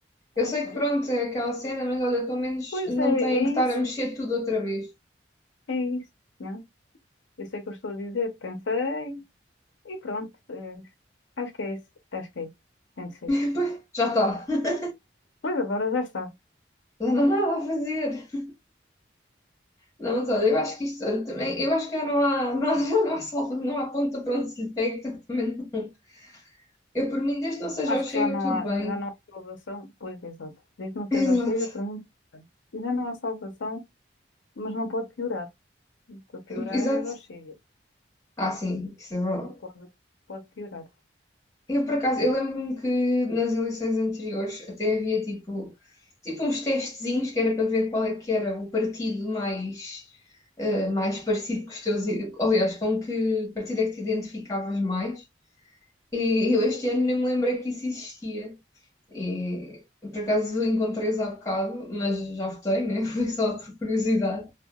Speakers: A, on the left (about 15°); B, on the left (about 85°).
A: Eu
B: Ok.
A: sei que pronto, é aquela cena, mas olha, pelo menos
B: Pois
A: não
B: é,
A: têm
B: é
A: que estar
B: isso,
A: a mexer tudo outra vez.
B: é isso, não? Eu sei o que eu estou a dizer, pensei e pronto. é, acho que é isso, acho que é isso. Tem de ser.
A: <laughs> Pois, Já está. Já
B: Pois agora já está.
A: Não há nada a fazer. Não, mas olha, eu acho que isto, olha, também, eu acho que já não há, não, há- <laughs> já não há salva, não há ponta para onde se lhe pegue, portanto, também não- Eu, por mim, desde que não seja
B: Acho
A: o Chega,
B: que já não
A: tudo
B: há,
A: bem.
B: já não há salvação. Pois, exato. Desde que não
A: <laughs> Exato,
B: seja o Chega, para mim, bem. já não há salvação, mas não pode piorar. Para piorar
A: exato.
B: era o Chega.
A: Ah, sim, isso é verdade.
B: Não pode, pode piorar.
A: Eu, por acaso, eu lembro-me que nas eleições anteriores até havia, tipo, tipo uns testezinhos que era para ver qual é que era o partido mais, eh, mais parecido com os teus... i- Aliás, com que partido é que te identificavas mais. E eu este ano nem me lembrei que isso existia. E por acaso encontrei-os há bocado, mas já votei, né? <laughs> Foi só por curiosidade.